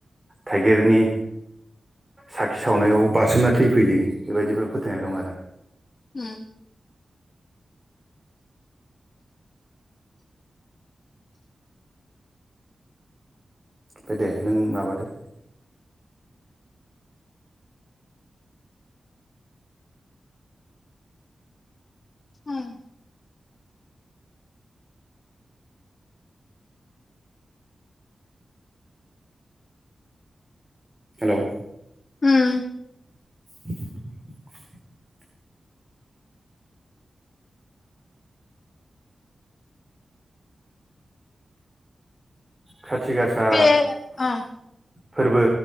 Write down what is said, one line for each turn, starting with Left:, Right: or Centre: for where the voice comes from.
Right: थाइगिरनि साखि सावनायाव बारसोमना थैफैयो बेबायदिबो फोथायनाय दं आरो।
Left: ओम।
Right: ओमफाय दे नों माबादो।
Left: ओम।
Right: हेलौ!
Left: ओम।
Right: <inaudible> खाथि गासा
Left: बे ओं
Right: फोरबो